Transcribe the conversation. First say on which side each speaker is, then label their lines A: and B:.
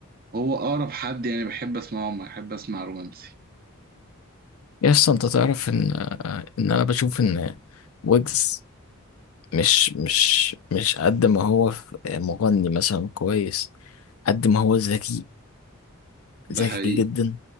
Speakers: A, on the right (about 45°); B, on the left (about 75°).
A: هو أقرب حد يعني بحب أسمعه ما بحب أسمع رومانسي
B: يا اسطى انت تعرف ان ان انا بشوف ان ويجز مش مش مش قد ما هو في- مغني مثلا كويس قد ما هو ذكي
A: ده
B: ذكي
A: حقيقي
B: جدا